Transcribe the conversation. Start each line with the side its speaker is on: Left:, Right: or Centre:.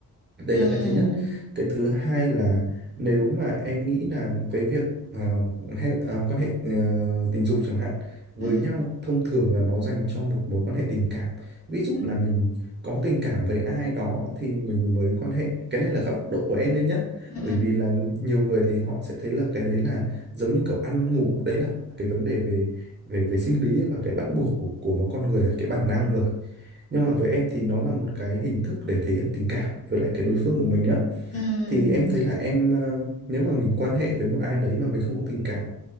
Right: đấy
Left: ừ
Right: là cái thứ nhất cái thứ hai là nếu mà em nghĩ là cái việc ờ, hay, ờ, quan hệ ờ, tình dục chẳng hạn với
Left: ừ
Right: nhau thông thường là nó dành cho một mối quan hệ tình cảm ví dụ
Left: ừ
Right: là mình có tình cảm với ai đó thì mình mới quan hệ cái này là góc độ của em đấy nhé
Left: Ừm,
Right: bởi vì là nhiều người thì họ sẽ thấy là cái đấy là giống như kiểu ăn ngủ đấy là cái vấn đề về về về sinh lý và cái bắt buộc của của một con người cái bản năng rồi nhưng mà với em thì nó là một cái hình thức để thể hiện tình cảm với lại cái đối phương của mình á
Left: ừm,
Right: thì em thấy là em ờ, nếu mà mình quan hệ với một ai đấy mà mình không có tình cảm